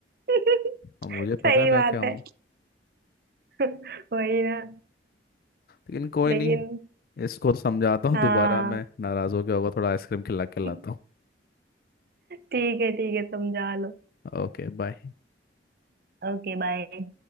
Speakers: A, on the right (about 55°); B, on the left (about 55°).
A: <laughs>
B: अब मुझे
A: सही
B: पता है मैं
A: बात
B: क्या हूँ
A: है <laughs> वही ना
B: लेकिन कोई
A: लेकिन
B: नहीं इसको तो समझाता हूँ
A: हाँ
B: दोबारा मैं नाराज हो गया होगा थोड़ा आइसक्रीम खिला के
A: <laughs>
B: लाता
A: ठीक है ठीक है समझा लो
B: हूँ Okay bye
A: Okay bye